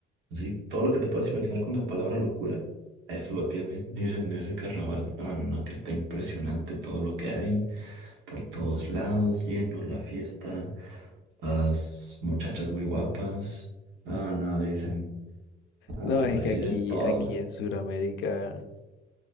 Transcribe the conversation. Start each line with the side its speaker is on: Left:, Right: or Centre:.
Right: Sí, todo lo que te puedas imaginar con la palabra locura, eso lo tiene, dicen, ese carnaval. No, no, no, que está impresionante todo lo que hay, por todos lados, lleno la fiesta, las muchachas muy guapas. No, no, dicen, no,
Left: No,
Right: dicen,
Left: es
Right: ahí
Left: que
Right: hay
Left: aquí,
Right: de todo.
Left: aquí en Sudamérica